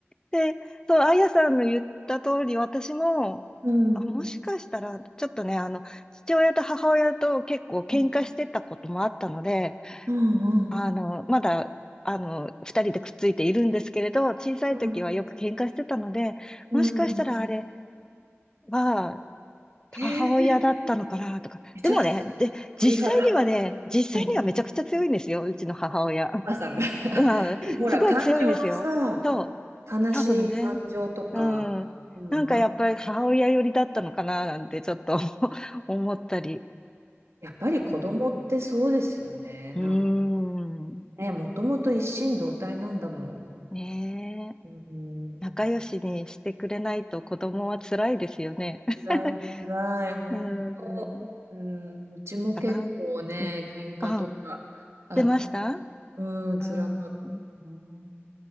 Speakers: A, on the left (about 15°); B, on the right (about 85°).
A: で、そう、あやさんの言った通り、私も、
B: うん。
A: あ、もしかしたら、ちょっとね、あの、父親と母親と結構喧嘩してたこともあったので、
B: うんうん。
A: あの、まだ、あの、二人でくっついているんですけれど、小さい時はよく喧嘩してたので、
B: うん。うん。
A: もしかしたらあれは、
B: へえ、
A: 母親だったのかなとか。
B: めちゃくちゃ
A: でもね、で、
B: 鳥肌。
A: 実際にはね、実際にはめちゃくちゃ強いんですよ、
B: うんお
A: うちの母親。
B: 母さんが <laughs>
A: うん、
B: でもほら、
A: すごい強いんですよ。
B: 感情はさ、
A: そう。
B: 悲しい感情とか、
A: 多分ね。うん。
B: うん、
A: なんかやっぱり母親寄りだったのかななんてちょっと
B: あ、
A: <laughs> 思ったり。
B: やっぱり子供ってそうですよね。
A: うん。うーん
B: なんかね、もともと一心同体なんだもん。
A: ねえ。
B: うん、
A: 仲良しにしてくれないと子供は辛いですよね。<laughs>
B: 辛い、辛い、本当。
A: うん。
B: うん、うちも結構ね、
A: かな。うん。
B: 喧嘩とかあった。
A: あ、出ました
B: うん、辛かったな。
A: うん。